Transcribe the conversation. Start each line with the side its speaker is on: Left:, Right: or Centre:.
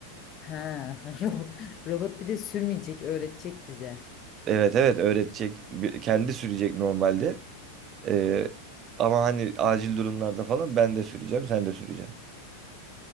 Left: Ha, <laughs> robo- robot bir de sürmeyecek, öğretecek bize.
Right: Evet evet öğretecek. Bir- Kendi sürecek normalde. Ee, ama hani acil durumlarda falan ben de süreceğim, sen de süreceksin.